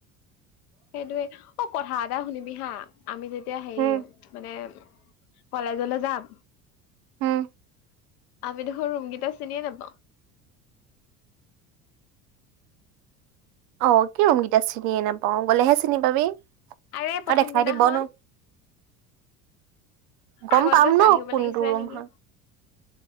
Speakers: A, on the left; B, on the right.
A: সেইটোয়ে অ', কথা এটা শুনিবি হা আমি যেতিয়া হেৰি
B: উম,
A: মানে কলেজলৈ যাম।
B: উম,
A: আমি দেখোন ৰুম কেইটা চিনিয়ে নাপাওঁ।
B: অ', কি ৰুমকেইটা চিনিয়ে নাপাওঁ, গলেহে চিনি পাবি।
A: আৰে প্ৰথম
B: আৰু দেখাই
A: দিনাখন
B: দিব ন। গম
A: আগত
B: পাম
A: গৈ
B: ন
A: চাই আহিব
B: কোনটো
A: লাগিছিলে
B: ৰুম
A: নেকি।
B: হয়।